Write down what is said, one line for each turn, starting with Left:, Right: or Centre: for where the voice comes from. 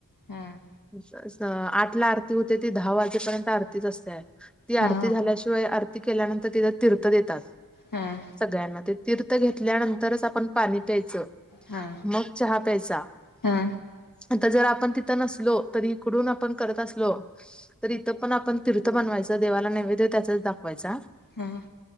Left: हम
Centre: स स आठ ला आरती होते ती दहा वाजेपर्यंत आरतीच असते ती
Left: हा
Centre: आरती झाल्याशि व्हय आरती केल्यानंतर तिथं तीर्थ देतात.
Left: हं
Centre: सगळ्यांना, ते तीर्थ घेतल्यानंतरच आपण पाणी प्यायचं.
Left: हा
Centre: मग चहा प्यायचा.
Left: हा
Centre: आता जर आपण तिथं नसलो, तर इकडून आपण करत असलो तर इथं पण आपण तीर्थ बनवायचा, देवाला नैवेद्य त्याचाच दाखवायचा
Left: हं.